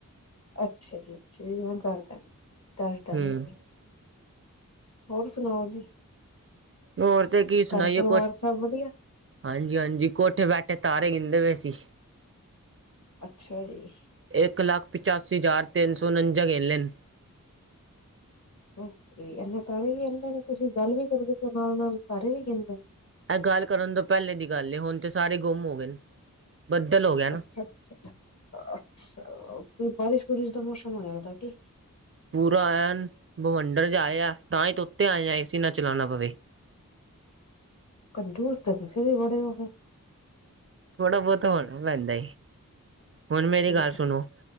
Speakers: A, on the left; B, on the right.
A: ਅੱਛਾ ਜੀ ਅੱਛਾ ਜੀ ਮੈਂ ਕਰ ਦੇਣੀ ਦੱਸਦਾ
B: ਹੂੰ,
A: ਮੈਂ ਜੀ। ਹੋਰ ਸੁਣਾਓ ਜੀ।
B: ਹੋਰ ਤੇ ਕੀ ਸੁਣਾਈਏ
A: ਘਰ ਪਰਿਵਾਰ
B: ਕੋ
A: ਸਭ ਵਧੀਆ।
B: ਹਾਂਜੀ-ਹਾਂਜੀ ਕੋਠੇ ਬੈਠੇ ਤਾਰੇ ਗਿਦੇ ਪਏ ਸੀ।
A: ਅੱਛਾ ਜੀ।
B: ਇੱਕ ਲੱਖ ਪਚਾਸੀ ਹਜ਼ਾਰ ਤਿੰਨ ਸੌ ਉਣੰਜਾ ਗਿਣ ਲਏ ਨੇ
A: ਓ ਕੇ, ਇਹੇ ਤਾਰੇ ਵੀ, ਕਹਿੰਦੇ ਨੇ ਤੁਸੀਂ ਗੱਲ ਵੀ ਕਰਦੇ ਪਏ ਹੋ, ਨਾਲ- ਨਾਲ ਤਾਰੇ ਵੀ ਕਹਿੰਦੇ ਨੇ
B: ਇਹ ਗੱਲ ਕਰਨ ਤੋਂ, ਪਹਿਲੇ ਦੀ ਗੱਲ ਏ। ਹੁਣ ਤੇ ਸਾਰੇ ਗੁੰਮ, ਹੋ ਗਏ ਨੇ। ਬੱਦਲ ਹੋ ਗਿਆ ਨਾ।
A: ਅੱਛਾ-ਅੱਛਾ, ਅੱਛਾ ਕੋਈ ਬਾਰਿਸ਼- ਵੁਰਿਸ਼ ਦਾ ਮੌਸਮ, ਹੋ ਗਿਆਦਾ ਕੀ।
B: ਪੂਰਾ ਆਇ ਭਵੰਡਰ ਜਾਏ ਆ ਤਾਂ ਹੀ ਤ ਉੱਤੇ ਆਏ ਆ ਏ ਸੀ ਨਾ ਚਲਾਉਣਾ ਪਵੇ
A: ਕੰਝੂਸ ਤਾਂ ਤੁਸੀਂ ਵੀ ਬੜੇ ਹੋ
B: ਥੋੜਾ ਬਹੁਤ ਹੋਣਾ ਪੈਂਦਾ ਹੁਣ
A: ਫਿਰ
B: ਮੇਰੀ ਗੱਲ ਸੁਣੋ